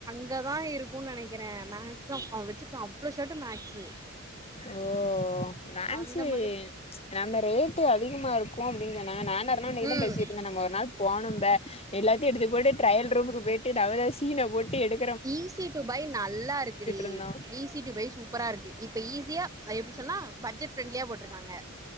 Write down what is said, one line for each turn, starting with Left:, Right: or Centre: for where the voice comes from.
Right: இங்கதா இருக்குன் நெனைக்கிறே நாங்க்ஸ்தா அவன் வச்சிருக்கான் அவ்ளோ ஷாட்டு நாக்ஸு
Left: ஓ நாங்ஸு
Right: அந்த மாதிரி
Left: நம்ம ரேட்டு அதிகமா இருக்கு அப்டின் சொன்னாங்க நானா இருந்த நீதான்
Right: ம்
Left: பேசிட்ருந்த நம்ம ஒரு நாள் போனும்ப எல்லாத்தியு எடுத்து போட்டு ட்ரையல் ரூமுக்கு போய்ட்டு நம்மதா சீன போட்டு எடு
Right: ஈஸி டூ பை நல்லா இருக்குடி
Left: இருந்தோ
Right: ஈஸ் ஸி டூ பை சூப்பரா இருக்கு இப்ப ஈஸியா அது எப்டி சொன்னா பட்ஜெட் ஃபிரெண்லியா போட்ருக்காங்க